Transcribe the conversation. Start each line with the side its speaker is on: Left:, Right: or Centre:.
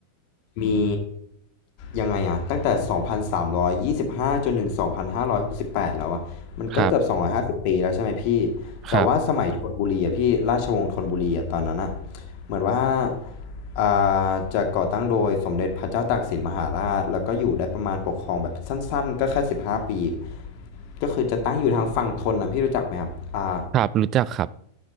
Left: มียังไงอะตั้งแต่2,325จนถึง2,568แปดแล้วอะมันก็เกือบ250ปีแล้วใช่ไหมพี่
Right: ครับ
Left: แต่ว่าสมัยธนบุรีอะพี่ราชวงศ์ธนบุรีอะตอนนั้นอะ
Right: ครับ
Left: เหมือนว่าอ่าจะก่อตั้งโดยสมเด็จพระเจ้าตากสินมหาราชแล้วก็อยู่ได้ประมาณปกครองแบบสั้นๆก็แค่15ปีก็คือจะตั้งอยู่ทางฝั่งธนนะพี่รู้จักไหมครับอ่า
Right: ครับรู้จักครับ